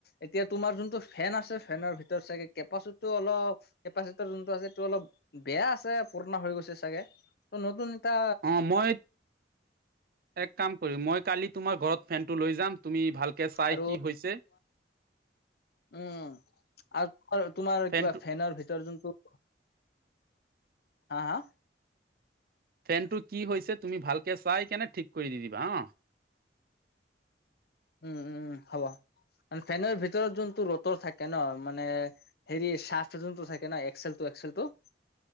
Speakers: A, on the left (about 60°); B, on the right (about 55°).
A: এতিয়া তোমাৰ যোনটো ফেন আছে ফেনৰ ভিতৰত চাগে কেপাচিটিও অলপ কেপাচিটি যোনটো আছে এইটো অলপ বেয়া আছে পুৰণা হৈ গৈছে চাগে ত নতুন এটা
B: অঁ মই এক কাম কৰিম মই কালি তোমাৰ ঘৰত ফেনটো লৈ যাম তুমি ভাল কে চাই
A: আৰু
B: কি হৈছে
A: উম আৰু তোমাৰ তোমাৰ
B: ফেনটো
A: কিবা ফেনৰ ভিতৰত যোনটো হাঁ হাঁ।
B: ফেন টো কি হৈছে তুমি ভালকে চাই কেনে ঠিক কৰি দি দিবা হঁ।
A: উম উম হ'ব মান ফেনৰ ভিতৰত যোনটো ৰ'টৰ থাকে ন মানে হেৰি চাৰ্ট যোনটো থাকে ন এক্সেল টো এক্সেলটো।